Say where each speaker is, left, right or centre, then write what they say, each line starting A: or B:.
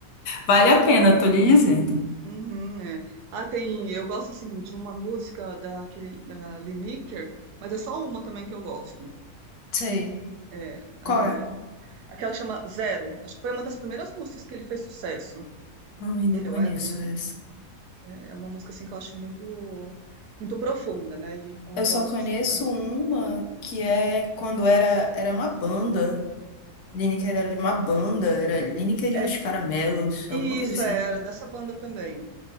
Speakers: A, on the left; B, on the right.
A: Vale a pena, tô lhe dizendo.
B: Uhum, é. Ah, tem. Eu gosto assim de uma música daquele da Lineker, mas é só uma também que eu gosto.
A: Sei.
B: É,
A: Qual
B: é,
A: é?
B: aquela que chama Zero. Acho que foi uma das primeiras músicas que ele fez sucesso.
A: Ai, não
B: Ele
A: conheço
B: ou ela, né?
A: essa.
B: É é uma música assim que eu acho muito, muito profunda, né? E, então
A: Eu
B: eu gosto
A: só conheço
B: de escutar.
A: uma que é quando era, era uma banda. Lineker era uma banda, era Lineker e os
B: É,
A: Caramelos,
B: e
A: alguma coisa
B: isso
A: assim.
B: é dessa banda também.